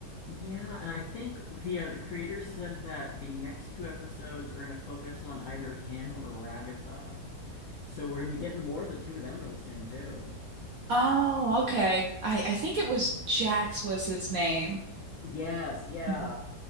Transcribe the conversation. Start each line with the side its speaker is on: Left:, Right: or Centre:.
Left: Yeah, and I think the uh, the creators said that the next two episodes are gonna focus on either him or Ragatha. So we're gonna be getting more of the two of them real soon too.
Right: Oh, okay. I, I think it was Jax was his name.
Left: Yes, yeah.
Right: Mhm.